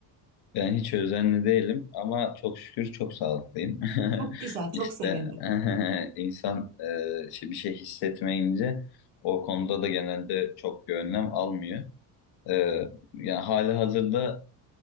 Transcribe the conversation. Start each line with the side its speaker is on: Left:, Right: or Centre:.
Left: Ben hiç özenli değilim ama çok şükür çok sağlıklıyım.
Right: Çok
Left: <laughs>
Right: güzel, çok
Left: İşte
Right: sevindim.
Left: <laughs> insan e, işte bir şey hissetmeyince o konuda da genelde çok bir önlem almıyor. Ee, yani hali hazırda